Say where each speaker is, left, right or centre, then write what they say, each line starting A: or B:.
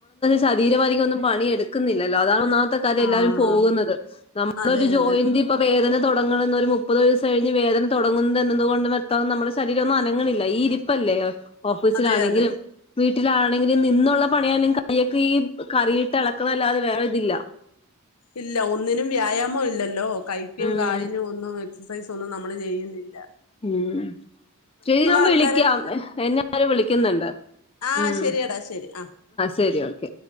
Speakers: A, on the left (about 25°); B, on the left (about 80°).
A: ശരീരമധികം ഒന്നുംപണിഎടുക്കുന്നില്ലല്ലോ അതാണ്ഒന്നാ അതേയ്ക്കാരം
B: ആഹ്
A: എല്ലാരും പോകുന്നത് നമ്മഒരു
B: അതെ
A: ജോയിന്റ്
B: അതെ
A: പ്പോ വേദാന തൊടങ്ങെണന്നൊരു മുപ്പത് വയസ്സ് കഴിഞ്ഞ വേദനതൊടങ്ങുൻന്നത് വ്യക്ത ശരീരഒന്ന്അനങ്ങണില്ല ഈഇരിപ്പല്ലെ ല്ലെ ഓഫീസിലാണെങ്കിലും
B: അതെ അതെ
A: വീട്ടിലാണെങ്കിലും നിന്നുള്ളപണിയാലുംകയ്യൊക്കെ ഈ കറിയിട്ട് ഇളക്കലല്ലാതെ വേറെതില്ല
B: ഇല്ല ഒന്നിനുംവ്യായാമം ഇല്ലല്ലോ കൈക്കുംകാലിനുംഒന്നും
A: ഉം
B: എക്സസൈസൊന്നും നമ്മള്ചെയ്യുന്നില്ല
A: ഉം ശെരിഞാൻവിളിക്ക്യം
B: ആൾക്കാര്
A: എന്നെര് വിളിക്കുന്നുണ്ട്
B: ആഹശെരിയടാശരി
A: ഉം
B: ആ
A: ശരി ഓക്കെ